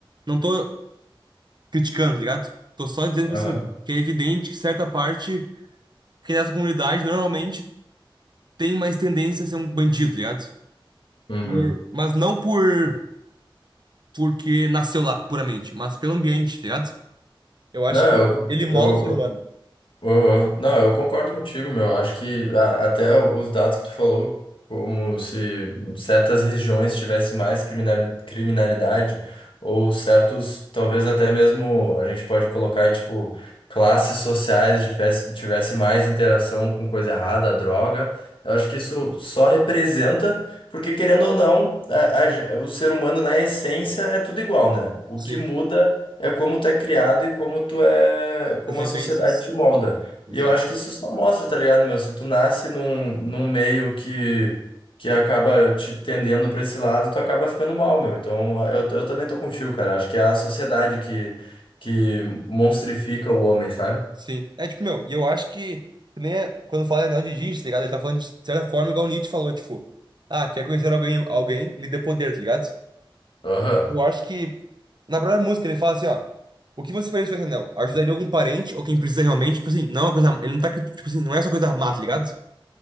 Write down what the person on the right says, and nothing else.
não tô criticando, tá ligado? Tô só dizendo, tipo
assim, que é evidente que certa parte, que nessa comunidade normalmente tem mais tendência a ser um bandido, tá ligado?
Por- mas não por porque nasceu lá, puramente, mas pelo ambiente, tá ligado? Eu acho
que
ele molda
o ser humano.
Sim,
as vivências.
Exato.
Sim. É tipo, meu, e eu acho que, que nem é, quando fala anel de Giges, tá ligado? Ele tá falando de certa forma igual Nietzsche falou, tipo, ah, quer conhecer alguém, alguém, lhe dê poder, tá ligado?
Eu acho que na própria música ele fala assim, ó, o que você faria se tivesse anel? Ajudaria algum parente ou quem precisa realmente, tipo assim, não é uma coisa, ele não tá, tipo assim, não é só coisa má, tá ligado?